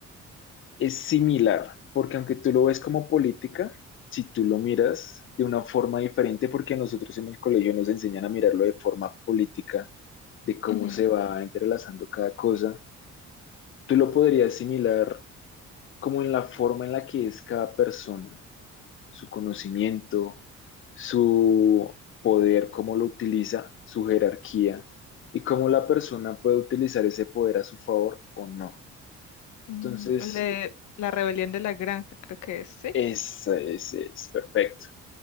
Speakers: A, on the left; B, on the left.
A: es similar, porque aunque tú lo ves como política, si tú lo miras de una forma diferente, porque a nosotros en el colegio nos enseñan a mirarlo de forma política, de cómo
B: Ujú.
A: se va entrelazando cada cosa, tú lo podrías asimilar como en la forma en la que es cada persona, su conocimiento, su poder, cómo lo utiliza, su jerarquía y cómo la persona puede utilizar ese poder a su favor o no.
B: Mm,
A: Entonces,
B: le- la rebelión de la granja, creo que es, ¿sí?
A: es, es, es perfecto.